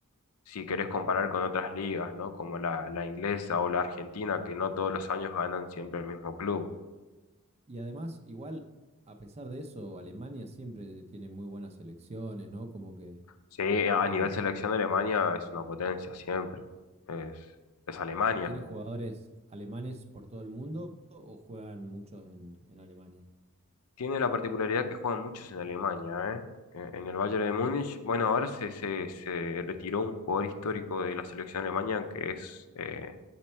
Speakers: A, on the left; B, on the right.
A: si querés comparar con otras ligas, ¿no? Como la, la inglesa o la argentina, que no todos los años ganan siempre el mismo club.
B: Y además, igual, a pesar de eso, Alemania siempre tiene muy buenas selecciones, ¿no? Como que
A: Sí, a
B: eh,
A: a nivel selección de Alemania es una potencia siempre. Es, es Alemania.
B: tiene jugadores alemanes por todo el mundo o juegan muchos en, en Alemania.
A: Tiene la particularidad que juegan muchos en Alemania, ¿eh? Eh, En el Bayern de Múnich. Bueno, ahora se, se- se retiró un jugador histórico de la selección alemana que es eh,